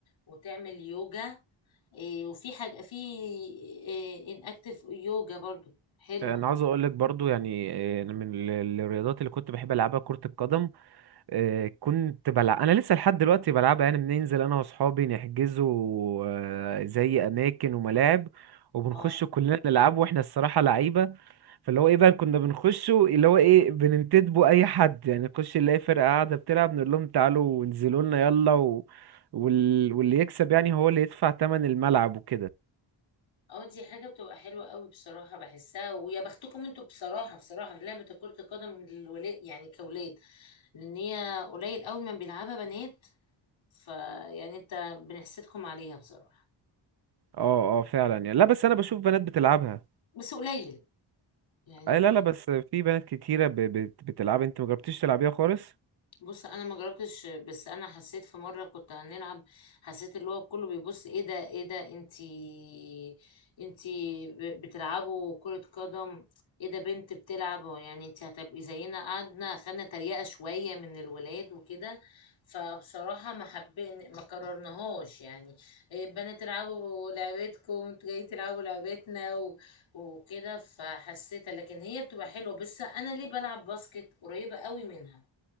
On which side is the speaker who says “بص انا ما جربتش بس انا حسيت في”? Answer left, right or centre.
Left